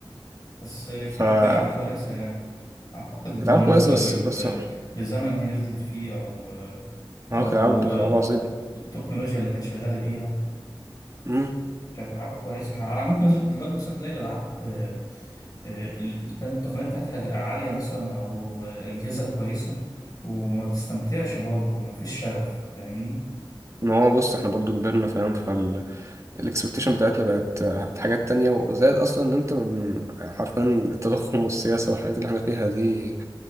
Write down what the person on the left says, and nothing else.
بس آه،
كانت
العاب كويسه يعني اعتقد بالنسبه
لل...
للزمن هي نزلت فيه او آه،
او
آه،
التكنولوجيا اللي كانت شغاله بيها
كانت ألعاب كويسة على ممكن دلوقتي مثلا تلاقي الألعاب آه، آه، التقنية التقنية بتاعتها عالية مثلا أو آه، أجهزة كويسة وما بتستمتعش برضه مفيش شغف فاهمني؟